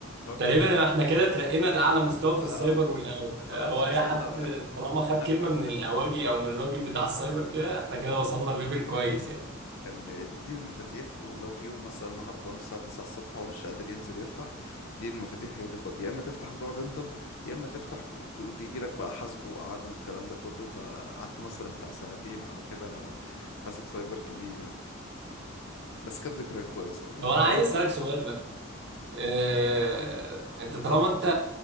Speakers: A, on the left; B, on the right.
A: هو كان
B: تقريبا احنا كده ترقينا لأعلى مستوى في
A: اه
B: السايبر والأو... هو
A: خلاص
B: أي
A: وصلنا
B: حد
A: بقى
B: طالما خد
A: <laughs>
B: كلمة من الأواجي أو من الراجل بتاع السايبر كده احنا كده وصلنا لليفل كويس
A: آه،
B: يعني
A: كان بيديني المفاتيح ولو في يوم مثلا انا هربان الساعه 9 الصبح وهو مش قادر ينزل يفتح يديني المفاتيح يقول لي خد يا اما تفتح وتقعد انت يا اما تفتح وتقول لي يجي لك بقى حاسبه وقعده والكلام ده كله فقعدت مثلا بتاع سنتين على كده ماسك سايبر كبير يعني بس كانت ذكريات كويسه والله
B: طب أنا
A: طب
B: عايز
A: انت
B: أسألك سؤال بقى اه... أنت طالما أنت